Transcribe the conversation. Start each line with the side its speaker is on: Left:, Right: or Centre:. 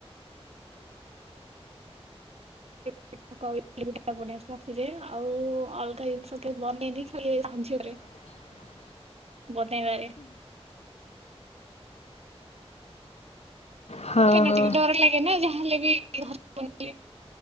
Right: <unintelligible> ଆଉ ଅଲଗା ଜିନିଷ କେବେ ବନେଇନି ଖାଲି <unintelligible>
Left: ହ
Right: ବନେଇବାରେ
Left: ହଁ
Right: କାଇଁନା
Left: ହଁ।
Right: ଟିକେ ଡର ଲାଗେ ନା ଯାହାହେଲେ ବି ଘରେ <unintelligible>